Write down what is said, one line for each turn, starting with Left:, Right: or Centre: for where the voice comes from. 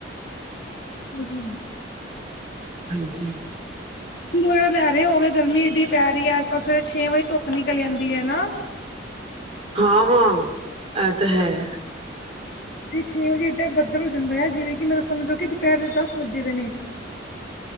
Left: ਹਾਂਜੀ <unintelligible>
Right: ਹਾਂਜੀ।
Left: ਵਗ ਲੈ ਰਹੇ ਹੋ ਗਰਮੀ ਇਏਡੀ ਪੈ ਰਹੀ ਹੈ ਅਜ ਕੱਲ ਸਵੇਰ ਛੇ ਵਜੇ ਧੁੱਕ ਨਿਕਲ ਜਾਂਦੀ ਹੈ ਹਨਾ।
Right: ਹਾਂ ਹਾਂ, ਇਹ ਤਾਂ ਹੈ।
Left: ਤੇ ਛੇਂ ਵਜੇ ਇੱਦਾਂ ਬੱਧਲ ਹੋ ਜਾਂਦੈ ਜਿਵੇਂ ਕਿ ਮਤਲਬ ਸਮਝੋ ਕਿ ਦੁਪਹਿਰ ਦੇ ਦਸ ਵਜੇ ਦੇ ਨੇ।